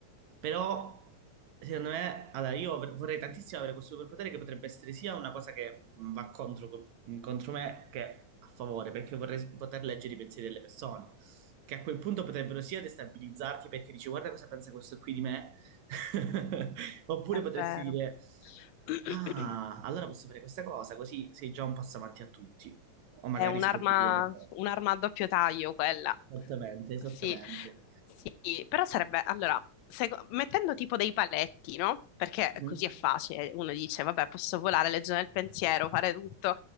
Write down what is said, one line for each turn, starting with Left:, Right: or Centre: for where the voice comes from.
Right: Però, secondo me, allora io avr- vorrei tantissimo avere questo superpotere che potrebbe essere sia una cosa che mh, va contro, co- mh, contro me che a favore, perché vorrei s- poter leggere i pensieri delle persone, che a quel punto potrebbero sia destabilizzarti perché dici guarda cosa pensa questo qui di me, <laughs> oppure
Left: è
Right: potresti
Left: vero.
Right: dire
Left: <clears throat>
Right: ah, allora posso fare questa cosa, così sei già un passo avanti a tutti, o magari
Left: È un'arma
Right: scoprire
Left: un'arma a doppio taglio quella.
Right: esattamente, esattamente.
Left: Sì, sì, però sarebbe, allora, seco- mettendo tipo dei paletti, no? Perché
Right: Mhm.
Left: così è facile, uno dice, vabbè, posso volare, legge nel pensiero, fare tutto.